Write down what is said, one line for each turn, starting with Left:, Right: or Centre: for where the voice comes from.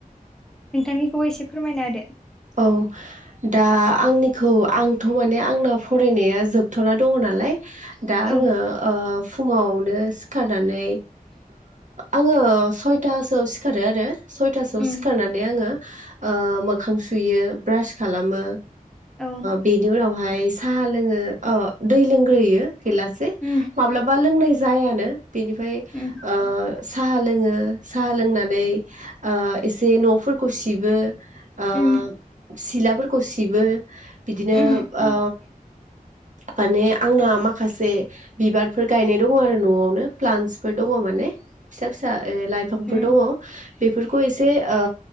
Centre: नोंथांनिखौबो एसे फोरमायना होदो।
Right: औ दा आंनिखौ आंथ' माने आंना फरायनाया जोबथ'ना दङ' नालाय दा
Centre: औ
Right: आङो ओ फुङावनो सिखारनानै आङो सयथोआव सिखारो आरो सयथोआव
Centre: उम
Right: सिखारनानै आङो ओ मोखां सु सुयो ब्रास खालामो
Centre: औ
Right: बेनि आ उनावहाय साहा लोङो ओ दै लोंग्रोयो गैलासे
Centre: उम
Right: माब्लाबा लोंनाय जायानो बेनिफाय ओ
Centre: उम
Right: साहा लोङो साहा लोंनानै ओ एसे न'फोरखौ सिबो। ओ
Centre: उम
Right: सिलाफोरखौ सिबो बिदिनो
Centre: उम
Right: ओ <inaudible> माने आंना माखासे बिबारफोर गायनाय दङ' आरो न'आवनो प्लान्सफोर दङ' माने फिसा फिसा लाइफांफोर
Centre: उम
Right: दङ'।
Centre: उम
Right: बेफोरखौ एसे ओ